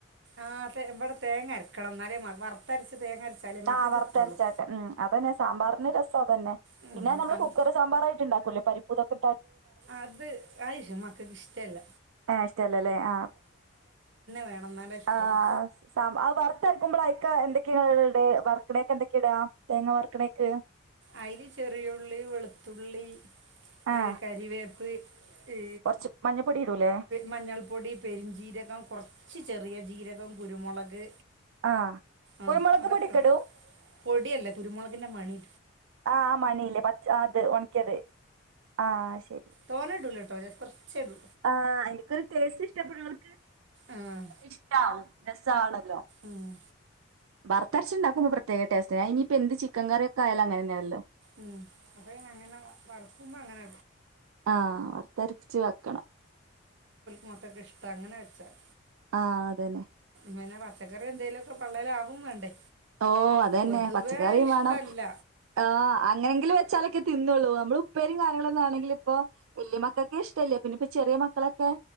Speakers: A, on the right (about 60°); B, on the right (about 80°).
A: ആഹ് ഇവിടെ തേങ്ങ അരക്കണം എന്നാലേ വറുത്തരച്ച് തേങ്ങ, അരച്ചാലേ മക്കൾക്ക്
B: ആഹ് വർത്തരച്ചാട്ടെ
A: ഇഷ്ടമുള്ളൂ
B: ഉം അതന്നെയാ സാമ്പാറിന്റെ രസം. തന്നെ
A: ഉം
B: പിന്നെ നമ്മള്
A: അത്
B: കുക്കർ സാമ്പാർ ആയിട്ട് ഉണ്ടാക്കൂല്ലേ പരിപ്പൂതൊക്കെ
A: അത് ആയിഷ് മക്കൾക്ക് ഇഷ്ട്ടല്ല.
B: ആ് ഇഷ്ടല്ലല്ലേ ആ
A: വേണം എന്നാലേ ഇഷ്ടള്ളൂ
B: <unintelligible> രക്കുമ്പോൾ അയക്ക എന്തൊക്കെയിട വർക്കണയൊക്കെ എന്തൊക്കെ ഇടാ തേങ്ങ വർക്കണയ്ക്ക്
A: അയിൽ ചെറിയുള്ളി വെളുത്തുള്ളി
B: ആഹ്
A: ഏ കരിവേപ്പ്. ഈ
B: കൊറച്ച് മഞ്ഞപ്പൊടി ഇടൂലേ
A: മഞ്ഞൾപ്പൊടി പെരുഞ്ചീരകം കുറച്ച് ചെറിയ ജീരക കുരുമുളക്
B: ആ കുരുമുളക്
A: ആഹ് അതൊക്കെ
B: പൊടിക്കെടും
A: ഇടും പൊടിയല്ല കുരുമുളകിന്റെ മണി
B: ആ മണില്ലേ പ അത് ഉണക്കയത് ആ ശരി
A: തോനേം ഇടൂല കേട്ടോ കുറച്ചേ ഇടു
B: ആ എനിക്കൊരു ടേസ്റ്റ് ഇഷ്ടപ്പെടുന്നവർക്ക്
A: ആഹ്
B: ഇഷ്ടമാവും രസമാണ്
A: ഉം
B: വറത്തരച്ച് ഉണ്ടാക്കുമ്പോ പ്രത്യേക ടേസ്റ്റാ ഇനിപ്പംഎന്ത് ചിക്കൻ കറി അയാലങ്ങനെ തന്നെയല്ലോ
A: ഉം അപ്പൊ അങ്ങനെ വറക്കുമ്പോ അങ്ങനെ
B: ആ വറത്തരച്ച് വെക്കണം
A: മക്കക്കൊക്കെ ഇഷ്ടാ അങ്ങനെ വെച്ചാൽ
B: ആ അത് തന്നെ
A: പിന്നെ പച്ചക്കറി എന്തേലും ഒക്കെ പള്ളേൽ ആവും വേണ്ടേ
B: ഓ അത് തന്നെ
A: പൊതുവേ
B: പച്ചക്കറിയും
A: ഇഷ്ടമല്ല
B: വേണം ആ അങ്ങനെങ്കിലും വെച്ചാലൊക്കെ തിന്നോള്ളും നമ്മൾ ഉപ്പ കാര്യങ്ങളൊന്നുമല്ലെങ്കിലും ഇപ്പൊ വലിയ മക്കൊക്കെ ഇഷ്ടല്ലേ പിന്ന ഇപ്പൊ ചെറിയ മക്കളൊക്കെ